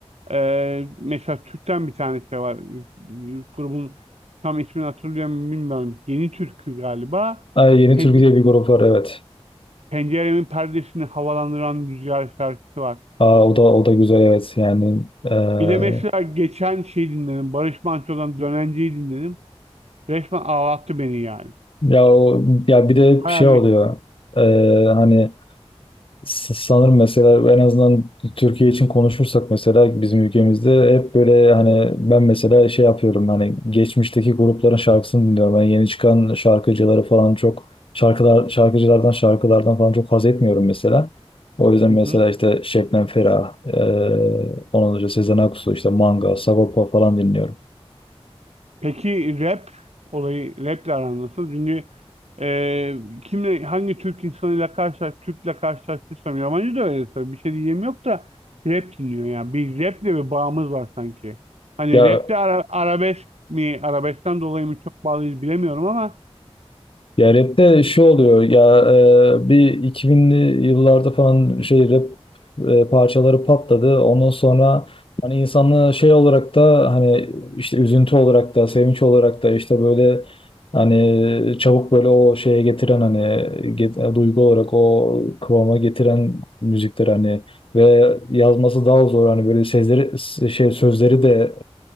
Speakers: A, on the right; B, on the left.
A: e, mesela Türk'ten bir tanesi de var. E, Grubun tam ismini hatırlıyorum bilmiyorum. Yeni Türkü galiba.
B: Ay, Yeni
A: Pence-
B: Türkü diye bir grup var, evet.
A: Penceremin perdesini havalandıran rüzgar şarkısı var.
B: Aa, o da o da güzel evet yani Ee,
A: Bir de mesela geçen şey dinledim. Barış Manço'dan Dönenci'yi dinledim. Resmen ağlattı beni yani.
B: ya o ya bir de
A: Bayağı
B: şey
A: ge-
B: oluyor Ee, hani s- sanırım mesela en azından Türkiye için konuşursak mesela bizim ülkemizde hep böyle hani ben mesela şey yapıyorum hani geçmişteki grupların şarkısını dinliyorum ben yeni çıkan şarkıcıları falan çok şarkılar şarkıcılardan şarkılardan falan çok haz etmiyorum mesela o yüzden
A: Hı
B: mesela
A: hı.
B: işte Şebnem Ferah ee, ondan önce Sezen Aksu işte Manga Sagopa falan dinliyorum.
A: Peki rap olayı raple aran nasıl? Çünkü e, kimle hangi Türk insanıyla karşılaş Türk'le karşılaştıysam yabancı da öyle tabii bir şey diyeyim yok da rap dinliyor ya. Bir raple bir bağımız var sanki. Hani
B: Ya
A: rapte ara, arabesk mi arabeskten dolayı mı çok bağlıyız bilemiyorum ama
B: Ya rapte şu oluyor ya e, bir 2000'li yıllarda falan şey rap e, parçaları patladı. Ondan sonra hani insanlığı şey olarak da hani işte üzüntü olarak da sevinç olarak da işte böyle hani çabuk böyle o şeye getiren hani get- e, duygu olarak o kıvama getiren müzikler hani ve yazması daha zor hani böyle sözleri şey sözleri de